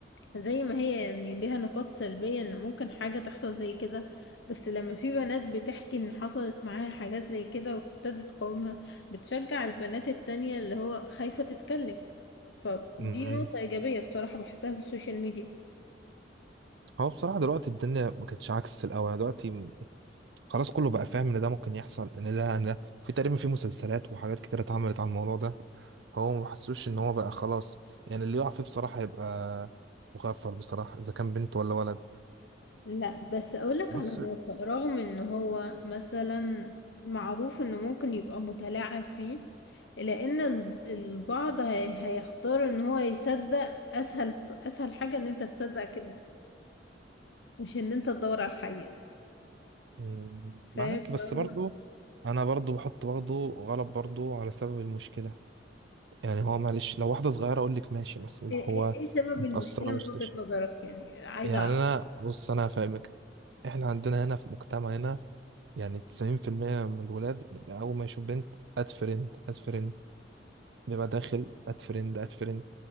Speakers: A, on the left (about 75°); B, on the right (about 70°).
A: زي ما هي يعني ليها نقاط سلبية ان ممكن حاجة تحصل زي كده بس لما في بنات بتحكي ان حصلت معاها حاجات زي كده وابتدت تقاومها بتشجع البنات التانية اللي هو خايفة تتكلم فدي
B: م- م.
A: نقطة إيجابية بصراحة بحسها في السوشيال ميديا
B: هو بصراحة دلوقتي الدنيا ما كانتش عكس الأول يعني دلوقتي خلاص كله بقى فاهم ان ده ممكن يحصل ان ده ان ده في تقريبا في مسلسلات وحاجات كتير اتعملت على الموضوع ده هو ما حسوش ان هو بقى خلاص يعني اللي يقع فيه بصراحة هيبقى مغفل بصراحة اذا كان بنت ولا ولد
A: لا بس اقولك
B: بس
A: على الواقع رغم ان هو مثلا معروف انه ممكن يبقى متلاعب فيه الا ان الب- البعض هي- هيختار ان هو يصدق اسهل اسهل حاجة ان انت تصدق كده مش ان انت تدور على الحقيقة
B: مم،
A: فاهم
B: معاك بس
A: فهو
B: برضو انا برضو بحط برضو غلط برضو على سبب المشكلة يعني هو معلش لو واحدة صغيرة اقول لك ماشي بس اللي
A: ايه
B: هو
A: إيه- إيه سبب
B: متأثرة
A: المشكلة
B: وسط
A: من وجهة نظرك يعني عايزة
B: يعني
A: اعرف
B: انا بص انا هفهمك احنا عندنا هنا في مجتمعنا يعني 90% من الولاد أول ما يشوف بنت أد فريند أد فريند بيبقى داخل أد فريند أد فريند